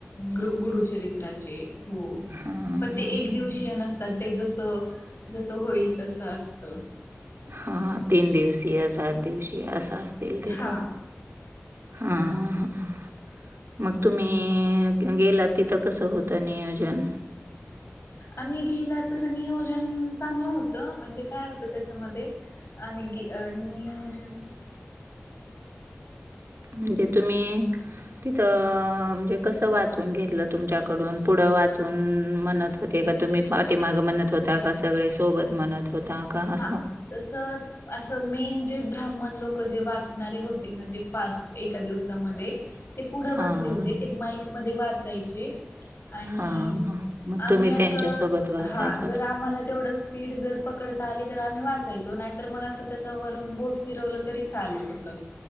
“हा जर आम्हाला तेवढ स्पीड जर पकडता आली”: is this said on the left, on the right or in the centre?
Left